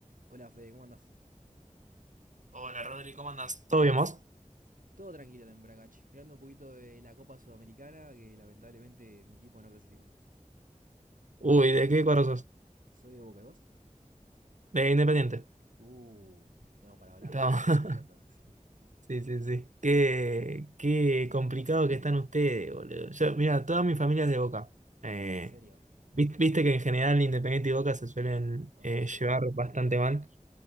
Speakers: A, on the right; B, on the right.
A: Hola Fede, ¿cómo andás?
B: Hola Rodri, ¿cómo andás? ¿Todo bien vos?
A: Todo tranquilo en Bragach, mirando un poquito de la Copa Sudamericana que lamentablemente mi equipo no clasificó.
B: Uy, ¿de qué cuadro sos?
A: ¿Soy de Boca y vos?
B: De Independiente.
A: Uh, tenemos para hablar
B: Estamos-
A: largo y tendido
B: <laughs>
A: entonces.
B: Sí, sí, sí. Qué, qué complicado que están ustedes, boludo. Yo, mira, toda mi familia es de Boca. Eh,
A: <laughs> ¿En serio?
B: vis- viste que en general Independiente y Boca se suelen
A: Odiar,
B: eh, llevar
A: sí.
B: bastante mal.